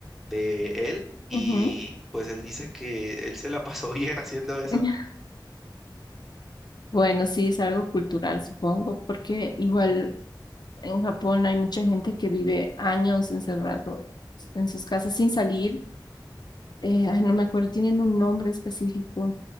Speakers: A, in the centre; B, on the left.
A: de él. Y
B: ujú.
A: pues él dice que él se la pasó <laughs> bien haciendo eso
B: <laughs> Bueno, sí, es algo cultural, supongo, porque igual en Japón hay mucha gente que vive años encerrado en sus casas sin salir. Eh, ay, no me acuerdo, tienen un nombre específico.